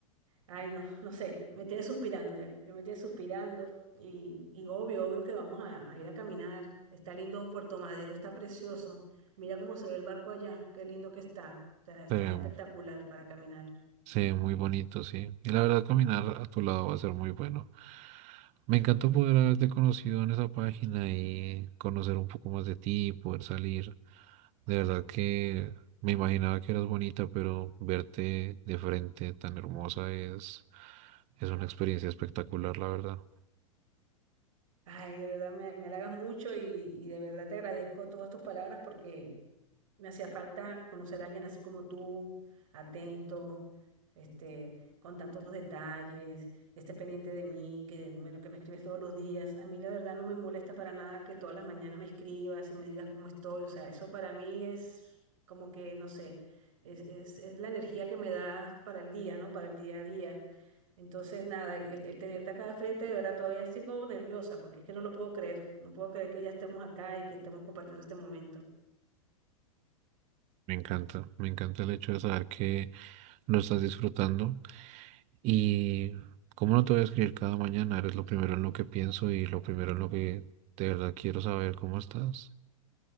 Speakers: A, on the right (about 65°); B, on the right (about 40°).
A: Ay, no, no sé, me tiene suspirando ya, yo me tiene suspirando y, y obvio, obvio que vamos a, a ir a caminar. Está lindo Puerto Madero, está precioso. Mira cómo se ve el barco allá, qué lindo que está, está, está
B: Eh,
A: espectacular para caminar.
B: sí, muy bonito, sí. Y la verdad, caminar a tu lado va a ser muy bueno. Me encantó poder haberte conocido en esa página y conocer un poco más de ti, poder salir. De verdad que me imaginaba que eras bonita, pero verte de frente tan hermosa es, es una experiencia espectacular, la verdad.
A: Ay, de verdad me, me halagas mucho y, y de verdad te agradezco todas tus palabras porque me hacía falta conocer a alguien así como tú, atento, este, con tantos detalles, que estés pendiente de mí, que bueno, que me escribes todos los días. A mí la verdad no me molesta para nada que todas las mañanas me escribas y me digas cómo estoy. O sea, eso para mí es como que, no sé, es, es, es la energía que me das para el día, ¿no? Para el día a día. Entonces, nada, el, el- el tenerte acá de frente, de verdad, todavía sigo nerviosa porque es que no lo puedo creer. No puedo creer que ya estemos acá y que estemos compartiendo este momento.
B: Me encanta, me encanta el hecho de saber que lo estás disfrutando y cómo no te voy a escribir cada mañana, eres lo primero en lo que pienso y lo primero en lo que de verdad quiero saber cómo estás.